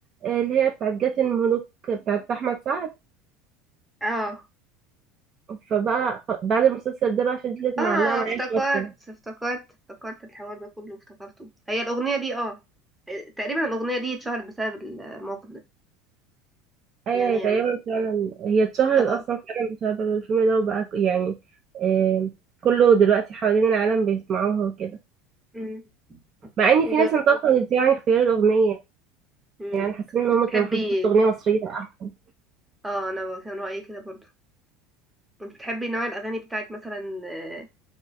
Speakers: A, on the right; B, in the centre.
A: آه، اللي هي بتاعت جات الملوك بتاعت أحمد سعد
B: اه
A: فبقى خ- بعد المسلسل ده بقى فضلت معلقة
B: اه
A: معايا
B: افتكرت
A: فترة
B: افتكرت افتكرت الحوار ده كله افتكرته هي الاغنيه دي اه تقريبا الاغنيه دي اتشهرت بسبب الموقف ده
A: أيوة
B: يعني
A: هي تقريبا فعلا هي اتشهرت
B: اه
A: أصلا فعلا بسبب الفيلم ده وبقى ك- يعني آه، كله دلوقتي حوالين العالم بيسمعوها وكده
B: مم.
A: مع إن
B: وب-
A: في ناس انتقدت يعني اختيار الأغنية
B: مم.
A: يعني حاسين ان هم
B: بتحبي
A: كان المفروض يحطوا اغنيه مصريه احسن
B: اه انا ب- كان رأيي كده برضو انت بتحبي نوع الاغاني بتاعت مثلا آه،